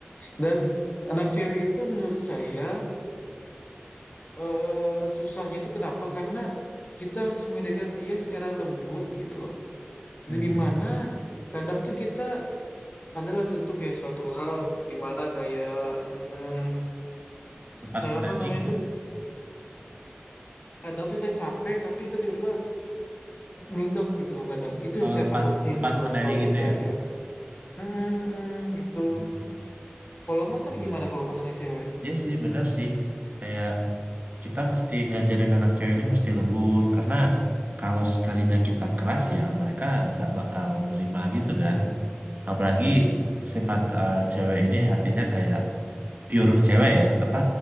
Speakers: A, on the left (about 45°); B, on the right (about 40°).
A: Dan anak cewek itu menurut saya eh, susahnya itu kenapa? Karena kita harus mengedekan dia secara lembut gitu loh.
B: Hmm.
A: Dan di mana kadang tuh kita adalah tentu kayak suatu hal gimana kayak hmm,
B: Lepas
A: kayak
B: kendali
A: apa namanya
B: gitu.
A: itu? kadang tuh kita capek tapi kita tiba-tiba meledak gitu loh kadang itu yang
B: Oh,
A: saya
B: lepas
A: takutin
B: lepas
A: gitu loh
B: kendali
A: kalau saya
B: gitu
A: punya
B: ya.
A: anak cewek Mm-mm, mm-mm, gitu
B: Hmm.
A: kalau mas ntar
B: Iya.
A: gimana kalau buat anak cewek
B: Iya sih bener sih. Kayak kita mesti ngajarin anak cewek ini mesti lembur karena kalau sekalinya kita keras ya mereka nggak bakal nerima gitu kan apalagi sifat eh, cewek ini hatinya kayak pure cewek ya apa